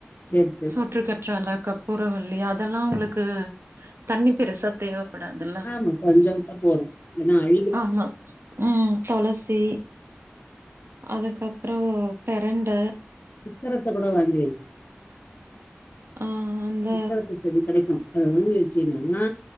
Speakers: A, on the left; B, on the right.
A: சேரி சரி
B: சுற்று கற்றாலக்காப் புரவள்ளி அதெல்லா உங்களுக்கு தண்ணி பெருசா தேவப் படாதுல
A: ஆமா கொஞ்சோ விட்டா போறு இல்லன்னா அழுகிடு
B: ஆமா ம் தொளசி அதுக்கப்றோ பெரண்ட
A: சித்தரத்த கூட வாங்கி வை
B: ஆ அந்த
A: சித்தரத்த செடி கெடைக்கு அத ஊனி வச்சினா